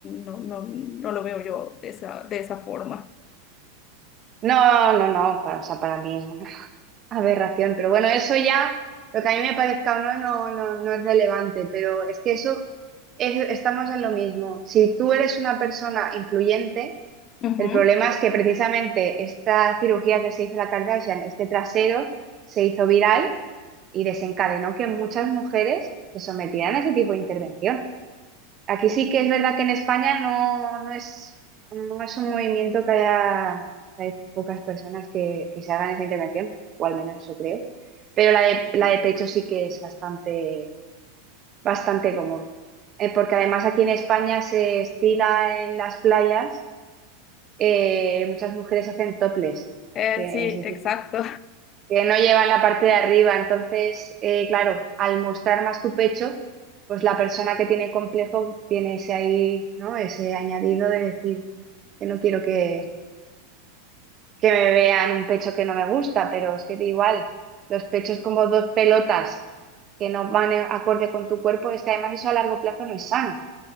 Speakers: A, on the left; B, on the right.
A: no, no, no lo veo yo de esa, de esa forma.
B: No, no, no, para, o sea, para mí es Aberración, pero bueno, eso ya, lo que a mí me parezca o no, no, no, no es relevante, pero es que eso, es- estamos en lo mismo. Si tú eres una persona influyente,
A: Ujú.
B: el problema es que precisamente esta cirugía que se hizo la Kardashian, este trasero, se hizo viral y desencadenó que muchas mujeres se sometieran a ese tipo de intervención. Aquí sí que es verdad que en España no, no es, no es un movimiento que haya, hay pocas personas que, que se hagan esa intervención, o al menos eso creo. Pero la de, la de pecho sí que es bastante, bastante común. Eh, porque además aquí en España se estila en las playas, eh, muchas mujeres hacen toples,
A: Eh,
B: que
A: sí,
B: es decir
A: exacto.
B: que no llevan la parte de arriba. Entonces, eh, claro, al mostrar más tu pecho, pues la persona que tiene complejo tiene ese ahí, ¿no? Ese añadido de decir, que no quiero que, que me vean un pecho que no me gusta, pero es que igual, los pechos como dos pelotas que no van en- acorde con tu cuerpo, es que además eso a largo plazo no es sano.